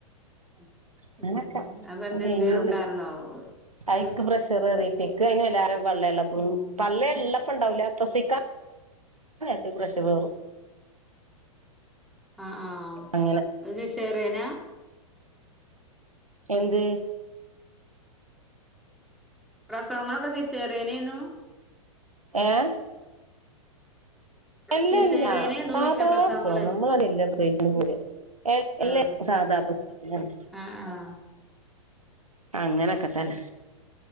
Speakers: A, in the centre; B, on the right (about 80°).
A: ഉ
B: അങ്ങനൊക്കെ
A: <inaudible> ഉം അപ്പൊന്തേ
B: കഴിഞ്ഞൂട്
A: എന്തേലുണ്ടർന്നോ ത്
B: അത് ഇക്ക് പ്രഷർ കേറിട്ടെ ഇക്ക് അയിന് വല്ലാതെ പള്ളേള്ളപ്പളും
A: ആഹ്
B: പള്ള ഇള്ളപ്പ ഇണ്ടാവൂല പ്രസവിക്കാൻ ക്ക് പ്രഷർ കേറും
A: <inaudible> ആഹ്
B: അങ്ങനെ
A: ആഹ് സിസേറിയനാ
B: എന്ത്
A: പ്രസവങ്ങളൊക്കെ സിസേറിയനേയ്ന്നു
B: ഏഹ് അല്ല
A: സിസേറിയനെര്ന്നോയിച്ച
B: അല്ല സാധാ
A: പ്രസവങ്ങളെ
B: പ്രസവം നമ്മളാടല്ലേ പ്രസവിക്ക്ണ പോര എല്ല
A: ആഹ്
B: സാധാ പ്രസവം തന്നെ
A: അആഹ്
B: അങ്ങനൊക്കെത്തന്നെ